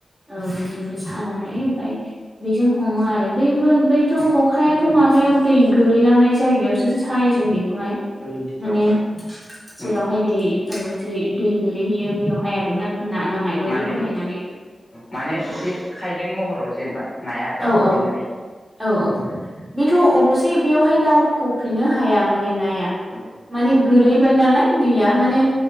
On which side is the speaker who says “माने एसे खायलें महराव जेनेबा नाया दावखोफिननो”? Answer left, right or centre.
Left